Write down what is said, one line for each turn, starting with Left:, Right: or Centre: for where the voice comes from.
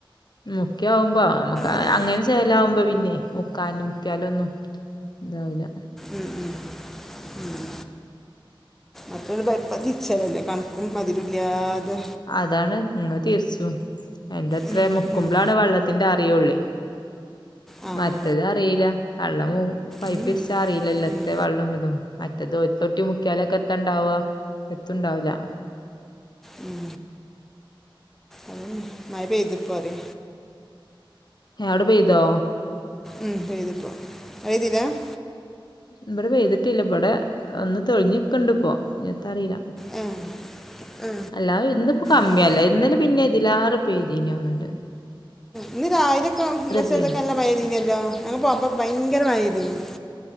Left: മുക്ക്യയാമ്പോ നമ്മെക്ക്
Centre: പറയാൻ
Left: അങ്ങനെ ചെ ലാവുമ്പോ പിന്നെ മുക്കാനും മുക്കിയാലൊന്നും എന്താവില്ല.
Centre: ഉം ഉം ഉം. അപ്പ <unintelligible> <unintelligible> കണക്കും മദുരുല്ലാതെ.
Left: അതാണ്. ഇങ്ങ് തിർച്ചു. എന്റെ അത്ര
Centre: ഉം,
Left: മുക്കുമ്പോളാണ്
Centre: ഉം.
Left: വെള്ളത്തിന്റെ അറിയൊള്ളെ.
Centre: ആ
Left: മറ്റത്
Centre: ആ
Left: അറീല അള്ള പോവും പൈപ്പിരിച്ച
Centre: ഉം,
Left: അറിയില്ലല്ലോ എത്രയും
Centre: ഉം.
Left: വെള്ളം ഇതും. മറ്റേത് ഒരു തൊട്ടി മുക്കിയാലക്കെയെത്തൊണ്ടാവാ. എത്തുണ്ടാവുല
Centre: ഉം അതന്നെ മഴ പെയ്തിപ്പോറ്യ
Left: ഏഹ് അവ്ടെ പെയ്തോ
Centre: ഉം പെയ്തിപ്പോ <unintelligible>
Left: ഇവെടെ പെയ്യ്തിട്ടില്ല ഇവെടെ ഒന്ന് തെളിഞ്ഞിക്ക്ണ്ട്പ്പോ ഇഞത്താറീല
Centre: ആ ആ
Left: അല്ല ഇന്നിപ്പോ കമ്മിയല്ലേ.
Centre: ഓക്കേ.
Left: ഇന്നലും, പിന്നെ ഇതില് ആറ് പെയ്തീനാവുന്നൊണ്ട്.
Centre: ഇന്ന് രാവിലെക്കെ ബസ്സേലെക്കെ
Left: പെയ്യ്
Centre: നല്ലെമഴേ പെയ്തീന്നല്ലോ. ഞങ്ങളെ <unintelligible> ക്കെ ഭയങ്കര മഴ പെയ്തേനി,